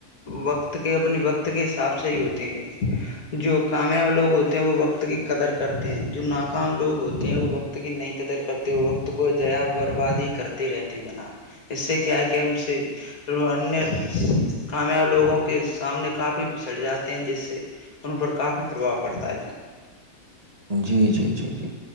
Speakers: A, on the left; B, on the right.
A: وقت کے اپنے وقت کے حساب سے ہی ہوتے ہیں جو کامیاب لوگ ہوتے وہ وقت کی قدر کرتے ہیں جو ناکام لوگ ہوتے ہیں وہ وقت کی نہیں قدر کرتے وقت کو جیا برباد ہی کرتے رہتے جناب اس سے کیا ہے کہ ہم سے انیہ کامیاب لوگوں کے سامنے کافی پسڑ جاتے ہیں جس سے ان پر کافی پرباؤ پڑتا ہے جناا
B: جی جی جی جی